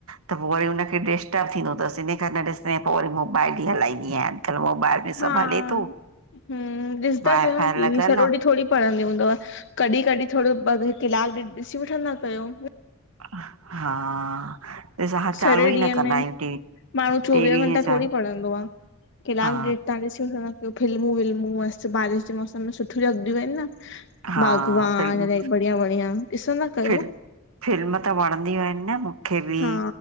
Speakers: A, on the right; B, on the left.
A: त पो वरी हुन खे डिस्टर्ब थींदो अथसि इन करे न ॾिसंदी पो वरी मोबाइल ई हलाईंदी आहियां अॼुकल्ह मोबाइल में सभु
B: हा
A: हले
B: हम,
A: थो
B: ॾिसंदा
A: वाए
B: कयो न
A: फाए
B: टी
A: लॻल
B: वी सॼो
A: आ
B: ॾीह थोरी पढ़ंदी हूंदव, कॾहिं कॾहिं थोरो कलाक डेढ ॾिसी वठंदा कयो
A: हा ॾिस हा
B: सॼे
A: चालू
B: ॾींहं
A: ई न कंदा
B: में,
A: आहियूं टी
B: माण्हू चोवीह
A: टीवी
B: घंटा
A: ईअं चालू
B: थोरी पढ़ंदो आ। किलाक
A: हा
B: ॾेढ तहाँ ॾिसी वठंदा फिल्मूं विल्मूं मस्तु बारिश जे मौसम में सुठियूं लॻंदियूं आहिनि न
A: हा
B: बागवान,
A: फिल्म
B: इलाही बढ़िया बढ़िया ॾिसंदा कयो।
A: फिल्म फिल्म त वणंदियूं आहिनि न मूंखे बि
B: हा,